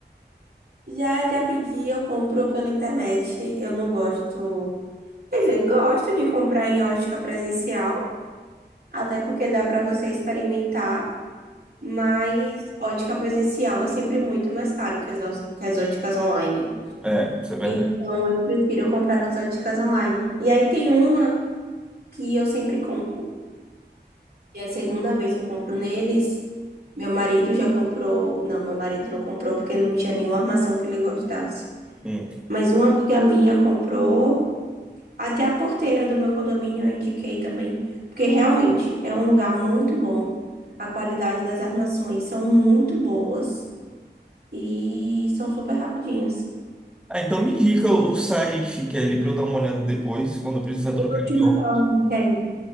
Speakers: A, on the right; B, in the centre.
A: Já, já pedi, eu compro pela internet. Eu não gosto. Quer dizer, gosto de comprar em ótica presencial, até porque dá para você experimentar, mas ótica presencial é sempre muito mais caro que as, ó- que as óticas online.
B: É, isso é verdade.
A: Então, eu prefiro comprar nas óticas online. E aí tem uma que eu sempre compro. E a segunda vez que eu compro neles, meu marido já comprou. Não, meu marido não comprou porque não tinha nenhuma armação que ele gostasse.
B: Hum.
A: Mas uma amiga minha comprou. Até a porteira do meu condomínio eu indiquei também. Porque realmente é um lugar muito bom. A qualidade das armações são muito boas e são super rapidinhas.
B: Ah, então me indica o site, Kelly, pra eu dar uma olhada depois, quando eu precisar trocar
A: Eu vou te
B: de
A: mandar
B: óculos.
A: o link aí.